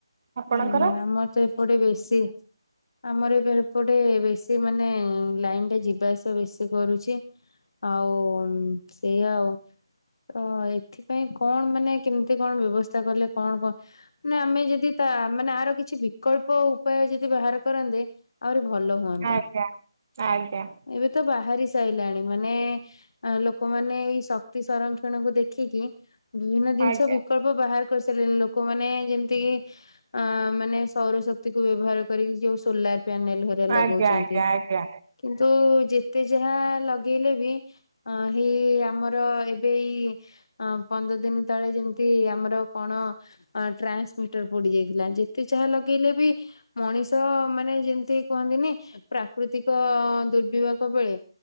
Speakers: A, on the right; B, on the left.
A: ଆପଣଙ୍କର?
B: ଆଜ୍ଞା ଆମର ତ ଏପଟେ ବେଶି ଆମର ଏବେ ଏପଟେ ବେଶି, ମାନେ ଲାଇନଟା ଯିବା ଆସବା ବେଶି କରୁଛି। ଆଉ ସେଇଆ ଆଉ। ତ ଏଥିପାଇଁ କଣ ମାନେ କେମିତି କଣ ବ୍ୟବସ୍ଥା କଲେ କଣ କଣ ନା ଆମେ ଯଦି ତା ମାନେ ଆର କିଛି ବିକଳ୍ପ ଉପାୟ ଯଦି ବାହାର କରନ୍ତେ, ଆହୁରି ଭଲ ହୁଅନ୍ତା।
A: ଆଜ୍ଞା ଆଜ୍ଞା।
B: ଏବେ ତ ବାହାରି ସାଇଲାଣି, ମାନେ ଆ ଲୋକମାନେ ଏଇ ଶକ୍ତି ସଂରକ୍ଷଣକୁ ଦେଖିକି ବିଭିନ୍ନ ଜିନିଷ
A: ଆଜ୍ଞା
B: ବିକଳ୍ପ ବାହାର କରିସାରିଲଣି। ଲୋକମାନେ ଯେମତି କି ଆ ମାନେ ସୌରଶକ୍ତିକୁ ବ୍ୟବହାର କରିକି ଯୋଉ ସୋଲାର ପ୍ୟାନେଲ ହେରିକା ଲଗଉଚନ୍ତି
A: ଆଜ୍ଞା ଆଜ୍ଞା ଆଜ୍ଞା
B: କିନ୍ତୁ ଯେତେ ଯାହା ଲଗେଇଲେ ବି ହେଇ ଆମର ଏବେ ଏଇ ଅଁ ପନ୍ଦର ଦିନ ତଳେ ଯେମିତି ଆମର କଣ? ଟ୍ରାନ୍ସମିଟର ପୋଡି ଯାଇଥିଲା। ଯେତେ ଯାହା ଲଗେଇଲେ ବି ମଣିଷ ତ ମାନେ ଯେମିତି କୁହନ୍ତିନି ପ୍ରାକୃତିକ ଦୁର୍ବିପାକ ବେଳେ